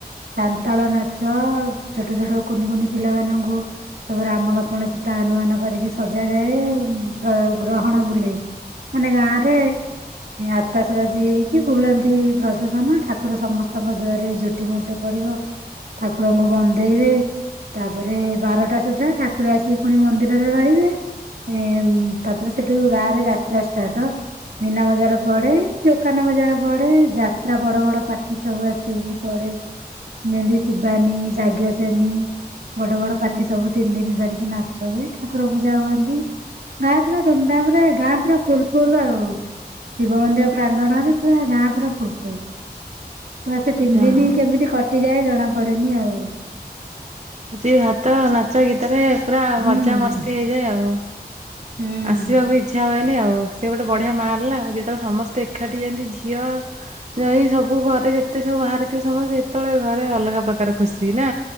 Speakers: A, on the right; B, on the right.
A: ସାନ୍ତାଳ ନାଚ। ଛୋଟ ଛୋଟ କୁନି କୁନି ପିଲାମାନଙ୍କୁ ସବୁ ରାମ, ଲକ୍ଷ୍ମଣ, ସୀତା, ଆନୁମାନ କରିକି ସଜାଯାଏ ପ୍ର ଗ୍ରହଣ ବୁଲେ। ମାନେ ଗାଁ ରେ ଆତାଶ ବାଜୀ ଏଇକି ବୁଲାନ୍ତି ପ୍ରଶାସନ ଠାକୁର ସମସ୍ତଙ୍କ ଦୁଆରେ ଯୋ ଟି ମୁର୍ଜ ପଡିବ ଠାକୁରଙ୍କୁ ବନ୍ ଗାଦେଇବେ ତାପରେ ବାରଟା ସୁଦ୍ଧା ଠାକୁର ଆସି ଫୁଣି ମନ୍ଦିରରେ ରହିବେ। ଏଁ ତାପରେ ସେଠୁ ଗାଁ ରେ ଯାତ୍ରା ଷ୍ଟାଟ। ମୀନା ବଜାର ପଢେ ଦୋକାନ ବଜାର ପଢେ ଯାତ୍ରା ବଡ ବଡ ପାର୍ଟି ସବୁ ଆସିକି ପଡେ ଯେମତି ଶିବାନୀ ଯଜ୍ଞସେନୀ ବଡ ବଡ
B: ହୁଁ
A: ପାଟି ସବୁ ତିନ ଦିନ ଧରିକି ନାଚ ହୁଏ ଠାକୁର ପୂଜା ହୁଅନ୍ତି। ନାଇଁ ପୁରା ଧୁମଧାମ ରେ ଗାଁ ପୁରା ଫୁଲ ଫୁଲ ଆଉ। ଶିବ ମନ୍ଦିର ପ୍ରାଙ୍ଗଣ ରେ ପୁରା ଗାଁ ପୁରା ଫୁଲଫୁଲ। ପୁରା ସେ ତିନଦିନି
B: ଯା ହଉ
A: କେମିତି କଟିଯାଏ ଜଣା ପଡେନି ଆଉ।
B: ହଉଛି ଭାତ ନାଚ ଗୀତରେ ପୁରା
A: ହୁଁ
B: ମଜା ମସ୍ତି ହେଇଯାଏ ଆଉ।
A: ହୁଁ
B: ଆସିବାକୁ ଇଚ୍ଛା ହୁଏନି ଆଉ ସେ ଗୋଟେ ବଢିଆ ମା ହେଲା ଆଉ ଯେତେବେଳେ ସମସ୍ତେ ଏକାଠି ଯାଆନ୍ତି ଝିଅ ନାଇ ସବୁ ଘରେ ଯେତେ ସବୁ ବାହାରିଥି ସମସ୍ତେ ସେତେବେଳେ ଘରେ ଅଲଗା ପ୍ରକାର ଖୁସି ନା।